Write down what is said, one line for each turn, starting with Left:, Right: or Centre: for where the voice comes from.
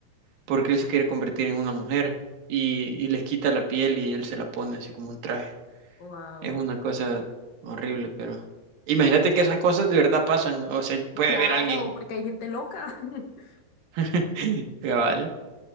Right: porque él se quiere convertir en una mujer y, y les quita la piel y él se la pone así como un traje.
Left: Wow.
Right: Es una cosa horrible, pero imagínate que esas cosas de verdad pasan, o sea, puede
Left: Claro,
Right: haber alguien
Left: porque hay gente loca. <laughs>
Right: <laughs> cabal.